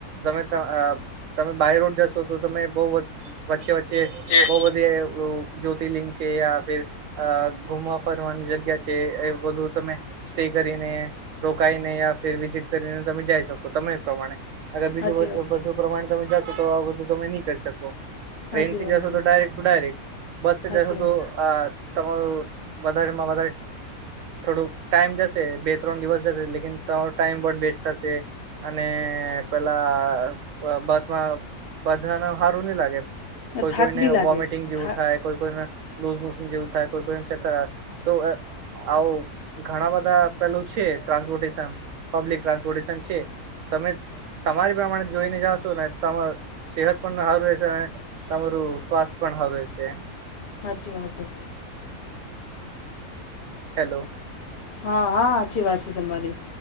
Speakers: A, on the right; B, on the left.
A: તમે. તમે બાય રોડ જશો તો તમે બહુ વચ્ચે વચ્ચે
B: <unintelligible>
A: બ‌ઉ બઘી અ જ્યોતિર્લિંગ છે યા ફિર. અ ગુમવા ફરવાની જગ્યા છે એ બધું તમે. સ્ટે કરીને રોકાઈને યા ફેર વિઝિટ કરીને તમે જઈ શકો તમે એ પ્રમાણે. અગર બીજું
B: સાચી વાત
A: બધું પ્રમાણે તમે જાશો તો આ બધું તમે નહી કરી શકો.
B: સાચી
A: ટ્રેન થી
B: વાત
A: જશો
B: છે
A: તો ડાયરેક્ટ ટુ ડાયરેક્ટ બસ થી
B: સાચી
A: જશો
B: વાત
A: તો. અ તમારું વધારેમાં વધારે. થોડું ટાઈમ જશે બે ત્રણ દિવસ જશે લેકિન ત્રળ ટાઈમ પણ બેસ્ટ થશે. અને પેલા બસમાં બધા ન સારું નહ લાગે. કોઈ
B: થાક
A: કોઈને
B: બી લાગે
A: વોમિટિંગ જેવું
B: થા
A: થાય કોઈ કોઈને લુઝ મોશન જેવું થાય કોઈ કોઈને ચક્કર આવે. તો અ. આવ ઘણા બધા પેલું છે, ટ્રાન્સપોર્ટેશન પબ્લિક ટ્રાન્સપોર્ટેશન છે. તમે તમારી પ્રમાણે જોઈને જાશો ને તમારુ સેહત પણ સારું રહેશે, તમારું સ્વાસ્થ પણ સારું રહેશે.
B: સાચી વાત હૈ.
A: હેલો.
B: હા હા સાચી વાત છે તમારી.